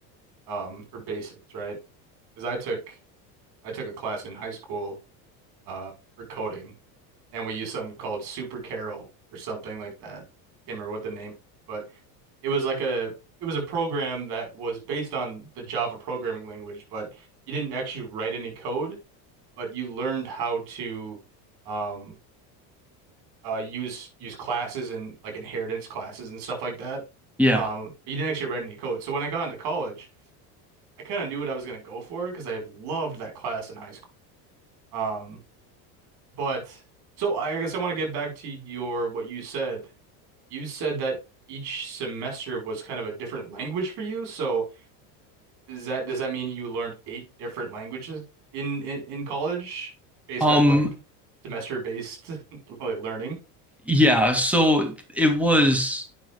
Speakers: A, on the right (about 55°); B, in the centre.
A: um for basics, right? Because I took I took a class in high school uh, for coding, and we used something called Super Carol or something like that. Can't remember what the name was, but it was like a it was a program that was based on the Java programming language, but you didn't actually write any code. but you learned how to um uh use use classes and like inheritance classes and stuff like that.
B: Yeah.
A: Um, but you didn't actually write any code. So when I got into college, I kind of knew what I was going to go for because I loved that class in high school. Um, but so I guess I want to get back to your what you said. You said that each semester was kind of a different language for you. So Is that does that mean you learned eight different languages in in, in college based
B: Um,
A: on like semester based <laughs> like learning?
B: yeah, so it was